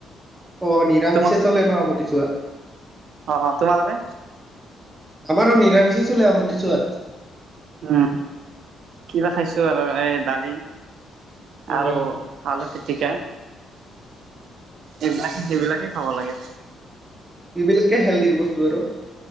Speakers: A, on the right; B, on the right.
A: অ', নিৰামিষে
B: তোমা
A: চলে ন আমতি চোৱাত।
B: অ', অ', তোমালোকে
A: আমাৰো নিৰামিষে চলে আমতি ছোৱাত।
B: উম, কিবা খাইছো আৰু এই দালি
A: উম
B: আৰু আলু পিটিকা এইবিলাকে সেইবিলাকে খাব লাগিব
A: এইবিলাকে হেল্ডিৰ বস্তু আৰু।